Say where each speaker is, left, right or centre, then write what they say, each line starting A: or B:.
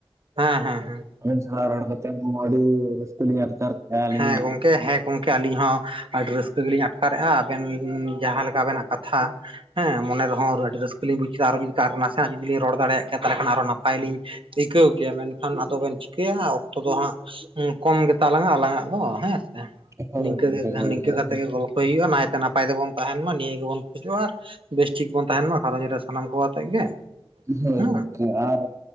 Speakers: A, on the right (about 65°); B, on the right (about 30°).
A: ᱦᱮᱸ ᱦᱮᱸ ᱦᱮᱸ
B: ᱟᱵᱮᱱ ᱥᱟᱞᱟᱜ ᱨᱚᱲ ᱠᱟᱛᱮᱫ ᱦᱚᱸ ᱟᱹᱰᱤ ᱨᱟᱹᱥᱠᱟᱹᱞᱤᱧ ᱟᱴᱠᱟᱨ ᱠᱮᱜᱼᱟ ᱟᱹᱞᱤᱧ
A: ᱦᱮᱸ
B: ᱢᱟ
A: ᱜᱚᱝ ᱠᱮ ᱦᱮᱸ ᱜᱚᱝᱠᱮ ᱟᱹᱞᱤᱧ ᱦᱚᱸ ᱟᱹᱰᱤ ᱟᱹᱰᱤ ᱨᱟᱹᱥᱠᱟᱹ ᱜᱮᱞᱤᱧ ᱟᱴᱠᱟᱨᱮᱜ-ᱟ ᱟᱵᱮᱱ ᱡᱟᱦᱟᱸ ᱞᱮᱠᱟ ᱟᱵᱮᱱᱟᱜ ᱠᱟᱛᱷᱟ᱾ ᱦᱮᱸ ᱢᱚᱱᱮ ᱨᱮᱦᱚᱸ ᱟᱹᱰᱤ ᱨᱟᱹᱥᱠᱟᱹ ᱞᱤᱧ ᱵᱩᱡ ᱠᱮᱫᱟ ᱟᱨ ᱡᱩᱫᱤ ᱟᱨ ᱱᱟᱥᱮᱱᱟᱜ ᱡᱩᱫᱤᱧ ᱨᱚᱲ ᱫᱟᱲᱮᱭᱟᱜᱮᱭᱟ ᱛᱟᱦᱚᱞᱮ ᱠᱷᱟᱱ ᱟᱨ ᱱᱟᱯᱟᱭ ᱞᱤᱧ ᱟᱹᱭᱠᱟᱹᱣ ᱠᱮᱭᱟ ᱢᱮᱱᱠᱷᱟᱱ ᱟᱫᱚ ᱵᱮᱱ ᱪᱤᱠᱟᱹᱭᱟ ᱚᱠᱛᱚ ᱫᱚ ᱦᱟᱸᱜ ᱠᱚᱢ ᱜᱮᱛᱟᱞᱟᱝ-ᱟ ᱟᱞᱟᱝ ᱟᱜ ᱫᱚ ᱦᱮᱸ ᱥᱮ
B: ᱦᱳᱭ
A: ᱱᱤᱝᱠᱟᱹ ᱜᱮ
B: ᱦᱳᱭ
A: ᱱᱤᱝᱠᱟᱹ
B: ᱦᱳᱭ
A: ᱠᱟᱛᱮᱜᱮ ᱜᱚᱞ ᱦᱩᱭᱩᱜᱼᱟ ᱱᱟᱭᱛᱮ ᱱᱟᱯᱟᱭ ᱛᱮᱵᱚᱱ ᱛᱟᱦᱮᱸᱱ ᱢᱟ ᱱᱤᱭᱟᱹ ᱜᱮᱵᱚᱱ ᱠᱷᱚᱡᱚᱜᱼᱟ᱾ ᱵᱮᱥᱴᱷᱤᱠ ᱵᱚᱱ ᱛᱟᱦᱮᱸᱱ ᱢᱟ ᱜᱷᱟᱨᱚᱧᱡᱽ ᱨᱮ ᱥᱟᱱᱟᱢ ᱠᱚ ᱟᱛᱮᱜ ᱜᱮ᱾
B: ᱦᱳᱭ
A: ᱦᱮᱸ
B: ᱜᱚᱝᱠᱮ ᱟᱨ